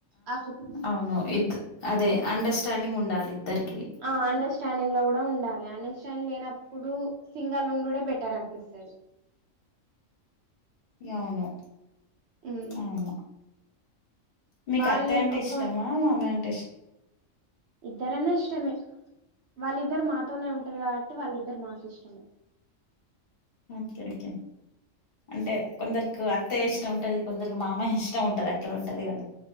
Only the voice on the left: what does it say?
అవును ఇద్ అదే అండర్స్టాండింగ్ ఉండాలి ఇద్దరికి
ఈ అవును
అవును మీకు
అత్తయ్య అంటే
ఇష్టమా మామయ్య అంటే ఇష్
ఓకే ఓకే అంటే కొందరు కి అత్తయ్య ఇష్టం ఉంటది కొందరికి మామయ్య ఇష్టం ఉంటది అట్లా ఉంటది కదా